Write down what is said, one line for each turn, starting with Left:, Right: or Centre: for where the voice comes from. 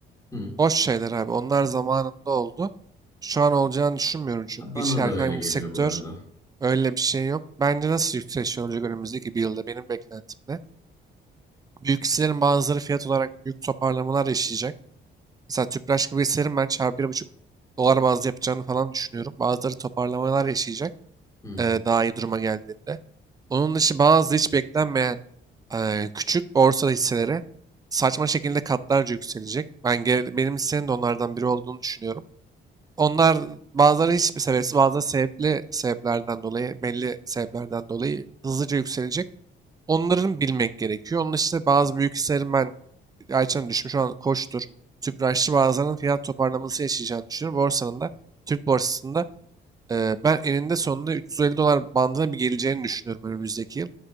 Left: Hı.
Right: boş şeyler abi. Onlar zamanında oldu. Şu an olacağını düşünmüyorum çünkü.
Left: Bana
Right: Hiç herhangi
Left: da öyle geliyor
Right: bir sektör
Left: bu arada.
Right: öyle bir şey yok. Bence nasıl yükseliş olacak önümüzdeki bir yılda benim beklentimde. Büyük hisselerin bazıları fiyat olarak büyük toparlamalar yaşayacak. Mesela Tüpraş gibi hisselerin ben çarpı bir buçuk dolar bazlı yapacağını falan düşünüyorum. Bazıları toparlamalar yaşayacak.
Left: Hı,
Right: e, daha iyi duruma geldiğinde. Onun dışı bazı hiç beklenmeyen e, küçük borsa hisseleri saçma şekilde katlarca yükselecek. Ben geri- benim hissenin de onlardan biri olduğunu düşünüyorum. Onlar bazıları hiçbir sebepsiz, bazıları sebepli sebeplerden dolayı, belli sebeplerden dolayı hızlıca yükselecek. Onların bilmek gerekiyor. Onun dışında bazı büyük hisselerin ben Ayça'nın düşmüş olan Koç'tur, Tüpraş'tır bazılarının fiyat toparlaması yaşayacağını düşünüyorum. Borsanın da, Türk borsasında ee, ben eninde sonunda 350 dolar bandına bir geleceğini düşünüyorum önümüzdeki yıl.